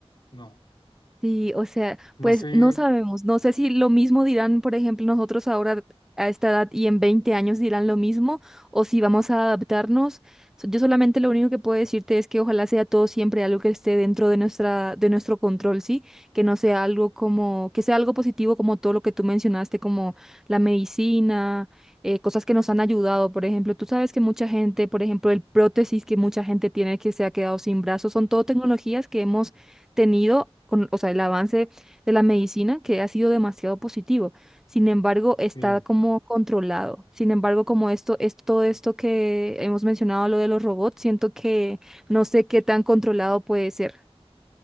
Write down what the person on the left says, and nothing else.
no,
no
sé.
Sí,